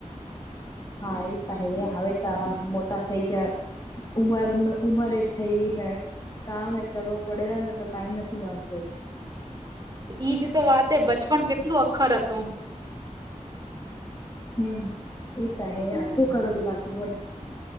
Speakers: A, on the left (about 30°); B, on the right (about 30°).
A: હા, એ તો હે હવે, ત મોટા થઈ જાય ઉમર, ઉમરે એ થઈ ને કામ એકલે બહ પડેલા ને તો ટાઈમ નથી, મળતો
B: ઈજ, તો વાતે બચપન કેટલું અખર હતું.
A: હમ, એ તો હ શું કરો રી બાકી બોલ